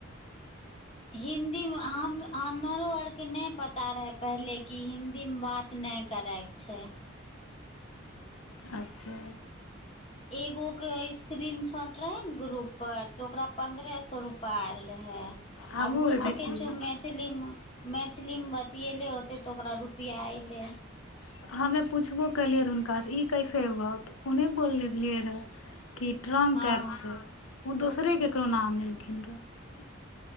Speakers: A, on the left (about 30°); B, on the left (about 90°).
A: हिदीमे हम हमरो आरके नहि पता रहै पहिले कि हिन्दीमे बात नहि करयके छै
B: अच्छा
A: एगो के स्क्रीन शॉट रहे ने ग्रुप पर तऽ ओकरा पंन्द्रह सए रूपा आयल रहे
B: हमहूँ
A: आब हो
B: आर
A: सकै
B: देखलियै
A: छै मैथिली मे मैथिली मे तिएले होते तऽ ओकरा रुपैआ एऐले
B: तऽ हमे पुछबो केलियै रहए हुनकासँ ई कइसे हौ तऽ ओन्ने बोल लेलियै रहए कि ट्रंक
A: हँ
B: ऐपसँ ओ दोसरे ककरो नाम लेलखिन रहए